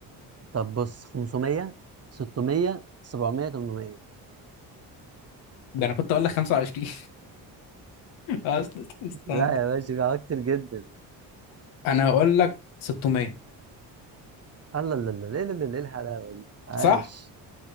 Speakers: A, on the right; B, on the left.
A: طب بص 500 600 700 800
B: ده انا كنت اقول لك 25 أست- <laughs> استنى
A: لا يا باشا في حاجات كتير جدا
B: انا هقول لك 600
A: الله لا لا لا لا لا الحلاوه دي عاش
B: صح